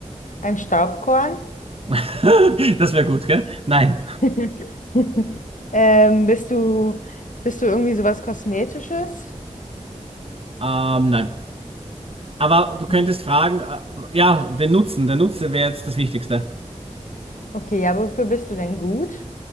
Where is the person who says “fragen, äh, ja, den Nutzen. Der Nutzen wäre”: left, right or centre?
Right